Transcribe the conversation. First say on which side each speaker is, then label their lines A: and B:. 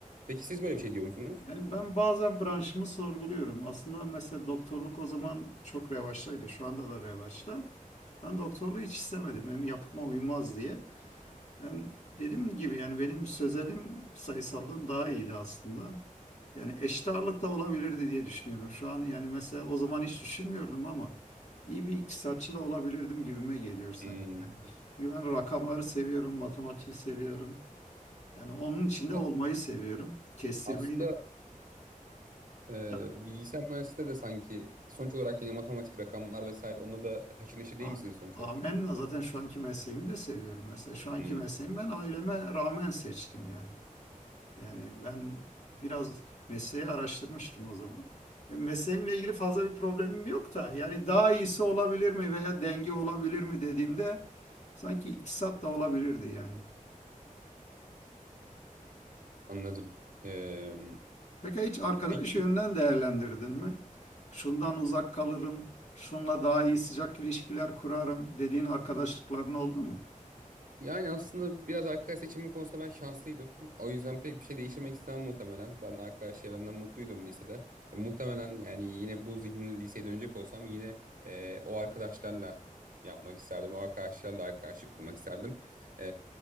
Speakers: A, on the right (about 70°); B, on the left (about 55°).
A: Peki siz böyle bir şey diyor musunuz?
B: Yani ben bazen branşımı sorguluyorum. Aslında mesela doktorluk o zaman çok revaçtaydı. Şu anda da revaçta. Ben doktorluğu hiç istemedim. Hem yapıma uymaz diye. Ben dediğim gibi yani benim sözelim sayısaldan daha iyiydi aslında. Yani eşit ağırlık da olabilirdi diye düşünüyorum şu an. Yani mesela o zaman hiç düşünmüyordum ama iyi bir iktisatçı da olabilirdim gibime geliyor sanki.
A: Hmm.
B: Yani çünkü ben rakamları seviyorum, matematiği seviyorum. Yani onun içinde
A: A-
B: olmayı seviyorum. Kestirmeyi
A: Aslında
B: de.
A: e,
B: Ya,
A: bilgisayar mühendisliğinde de sanki sonuç olarak yine matematik, rakamlar vesaire onunla da haşır neşir değil
B: a-
A: misiniz sonuç
B: amenna
A: olarak?
B: zaten şu anki mesleğimi de seviyorum. Mesela şu anki
A: Hmm.
B: mesleğimi ben aileme rağmen seçtim yani. Yani ben biraz mesleği araştırmıştım o zaman. Ve mesleğimle ilgili fazla bir problemim yok da yani daha iyisi olabilir mi veya denge olabilir mi dediğimde sanki iktisat da olabilirdi yani.
A: Anladım. E,
B: Peki hiç arkadaş
A: peki
B: yönünden değerlendirdin mi? Şundan uzak kalırım, şunla daha iyi sıcak ilişkiler kurarım dediğin arkadaşlıkların oldu mu?
A: Yani aslında biraz arkadaş seçimi konusunda ben şanslıydım. O yüzden pek bir şey değiştirmek istemem muhtemelen. Ben arkadaş çevremden mutluydum lisede. E, muhtemelen yani yine bu zihinle liseye dönecek olsam yine e, o arkadaşlarla yapmak isterdim. O arkadaşlarla arkadaşlık kurmak isterdim. E,